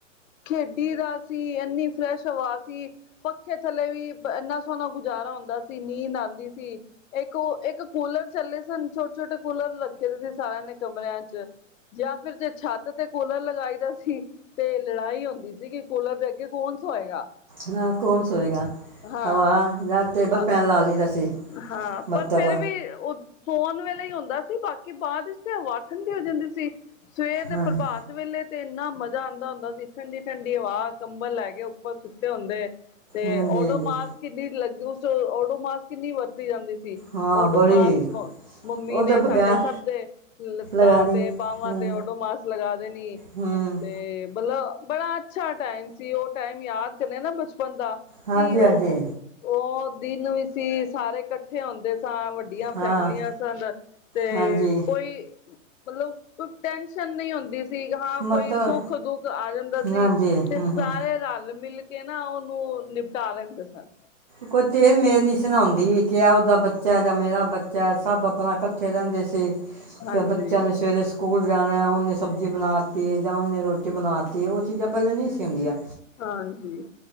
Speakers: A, on the left; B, on the right.
A: ਖੇਡੀ ਦਾ ਸੀ, ਐਨੀ ਫਰੈਸ਼ ਹਵਾ ਸੀ। ਪੱਖੇ ਥੱਲੇ ਵੀ ਇੰਨਾ ਸੋਹਣਾ ਗੁਜ਼ਾਰਾ ਹੁੰਦਾ ਸੀ, ਨੀਂਦ ਆਂਦੀ ਸੀ। ਇੱਕ ਉਹ ਇੱਕ ਕੂਲਰ ਚੱਲੇ ਸਨ, ਛੋਟੇ-ਛੋਟੇ ਕੂਲਰ ਰੱਖੇ ਦੇ ਸੀ ਸਾਰਿਆਂ ਨੇ ਕਮਰਿਆਂ 'ਚ, ਜਾਂ ਫਿਰ ਜੇ ਛੱਤ ਤੇ ਕੂਲਰ ਲਗਾਈ ਦਾ ਤੇ ਲੜਾਈ ਹੁੰਦੀ ਸੀ ਕਿ ਕੂਲਰ ਦੇ ਅੱਗੇ ਕੌਣ ਸੋਏਗਾ।
B: ਨਾ ਕੌਣ ਸੋਏਗਾ,
A: ਹਾਂ
B: ਹਵਾ ਜਾਂ ਟੇਬਲ
A: ਹਾਂ
B: ਫ਼ੈਨ ਲਾ ਲਈਦਾ ਸੀ।
A: ਹਾਂ,
B: ਮਤਲਬ
A: ਪਰ ਫਿਰ ਵੀ ਉਹ ਸੋਨ ਵੇਲੇ ਈ ਹੁੰਦਾ ਸੀ, ਬਾਕੀ ਬਾਅਦ 'ਚ ਤੇ ਹਵਾ ਠੰਡੀ ਹੋ ਜਾਂਦੀ ਸੀ। ਸਵੇਰ ਦੇ
B: ਹਾਂਜੀ
A: ਪ੍ਰਭਾਤ ਵੇਲੇ ਤੇ ਇੰਨਾ ਮਜ਼ਾ ਆਂਦਾ ਹੁੰਦਾ ਸੀ, ਠੰਡੀ-ਠੰਡੀ ਹਵਾ ਕੰਬਲ ਲੈ ਕੇ ਉੱਪਰ ਸੁ ਹੁੰਦੇ ਤੇ
B: ਹਾਂਜੀ
A: ਓਡੋਮਾਸ
B: ਹਾਂਜੀ
A: ਕਿੰਨੀ ਲੱਗ, ਉਸ ਓਡੋਮਾਸ ਕਿੰਨੀ ਵ ਤੀ ਜਾਂਦੀ ਸੀ,
B: ਹਾਂ
A: ਓਡੋਮਾਸ,
B: ਬੜੀ
A: ਮੰਮੀ
B: ਉਹਦੇ
A: ਨੇ ਸਾਡੇ
B: ਬਗੈਰ
A: ਸਭ ਦੇ ਲੱਤਾਂ
B: ਲਗਾਣੀ
A: ਤੇ, ਬਾਵਾਂ
B: ਹੂੰ
A: ਤੇ, ਓਡੋਮਾਸ ਲਗਾ ਦੇਣੀ
B: ਹੂੰ
A: ਤੇ ਮਤਲਬ ਬੜਾ ਅੱਛਾ ਟਾਈਮ ਸੀ, ਉਹ ਟਾਈਮ ਯਾਦ ਕਰਨੇ ਨਾ ਬਚਪਨ ਦਾ,
B: ਹਾਂਜੀ
A: ਕਿ ਉਹ
B: ਹਾਂਜੀ
A: ਉਹ ਦਿਨ ਵੀ ਸੀ, ਸਾਰੇ ਇਕੱਠੇ ਹੁੰਦੇ ਸਾਂ ਵੱਡੀਆ
B: ਹਾਂ
A: ਫੈਮਲੀਆਂ ਸਨ ਤੇ
B: ਹਾਂਜੀ
A: ਕੋਈ ਮਲਬ ਕੋਈ ਟੈਨਸ਼ਨ ਨਹੀਂ ਹੁੰਦੀ ਸੀ, ਹਾਂ ਕੋਈ
B: ਮਤਲਬ
A: ਸੁੱਖ-ਦੁੱਖ ਆ ਜਾਂਦਾ ਸੀ
B: ਹਾਂਜੀ
A: ਤੇ
B: ਹੂੰ
A: ਸਾਰੇ
B: ਹੂੰ
A: ਰਲ ਮਿਲ ਕੇ ਨਾ ਉਹਨੂੰ ਨਿਪਟਾ ਲੈਂਦੇ ਸਨ।
B: ਕੋਈ ਤੇਰ ਮੇਰ ਨਹੀਂ ਸੀ ਨਾ ਹੋਂਦੀ ਕਿ ਏਦਾ ਬੱਚਾ ਜਾਂ ਮੇਰਾ ਬੱਚਾ ਸਭ ਆਪਣਾ ਇਕੱਠੇ ਰਹਿੰਦੇ ਸੀ।
A: ਹਾਂਜੀ
B: ਤੇ ਬੱਚਿਆਂ ਨੇ ਸਵੇਰੇ- ਸਕੂਲ ਜਾਣਾ ਉਨੇ ਸਬਜ਼ੀ ਬਣਾ ਦਿੱਤੀ ਜਾਂ ਉਨੇ ਰੋਟੀ ਬਣਾ ਦਿੱਤੀ ਉਹ ਚੀਜ਼ਾਂ ਪਹਿਲੇ ਨਹੀਂ ਸੀ ਹੋਂਦੀਆ
A: ਹਾਂਜੀ।